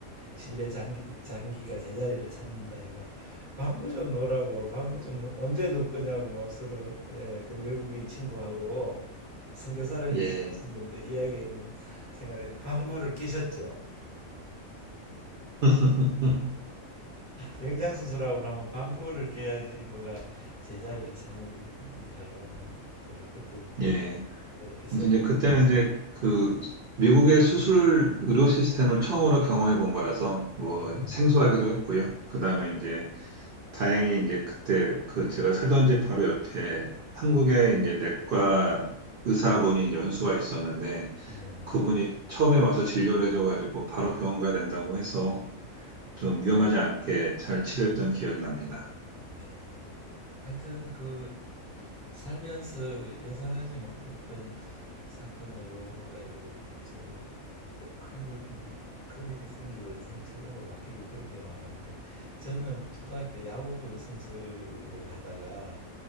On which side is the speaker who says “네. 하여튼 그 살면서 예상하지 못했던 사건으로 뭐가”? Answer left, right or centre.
Left